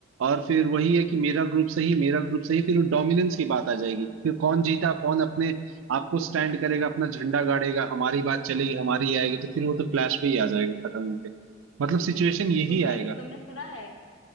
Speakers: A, on the right; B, on the left.
A: और फिर वही है कि मेरा ग्रुप सही मेरा ग्रुप सही फिर डोमिनेंस की बात आ जाएगी फिर कौन जीता कौन अपने आप को स्टैंड करेगा अपना झंडा गाड़ेगा हमारी बात चलेगी हमारी आएगी तो फिर वो तो क्लैश पे ही आ जाएगा खत्म होके मतलब सिचुएशन यही
B: तुमने
A: आएगा
B: तुमने सुना है